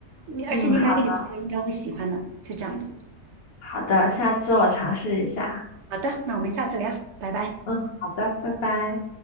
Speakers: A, on the right; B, on the left.
A: 你而且你买给你朋友应该会喜欢的，
B: 嗯，好的，
A: 就这样子。
B: 好的，下次我尝试一下。
A: 好的，那我们下次聊，拜拜。
B: 嗯，好的，拜拜。